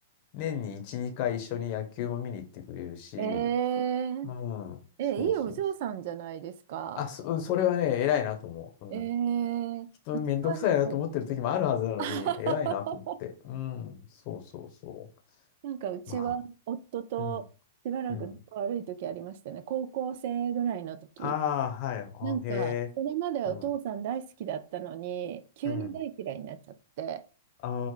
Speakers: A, on the left; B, on the right.
A: 年に1、2回一緒に野球も見に行ってくれるし、
B: え
A: うん、
B: ー、
A: そうそうそう。
B: え、いいお嬢さんじゃないですか。
A: あ、そ、うんそれはね、偉いなと思う。うん。
B: えー、
A: きっとめんどくさいなと思ってる時もあるはずなのに、
B: うちはなんか、<laughs>
A: 偉いなと思って。うん、そうそうそ
B: なんかうちは夫としばらく仲悪い時ありましたね。
A: う。まあ、うん、うん。
B: 高校生ぐらいの時。
A: ああ、はい。あ、
B: なんか、
A: へえ。
B: それまではお父さん大好きだったのに、
A: うん、
B: 急に大嫌いになっちゃって、
A: うん。あ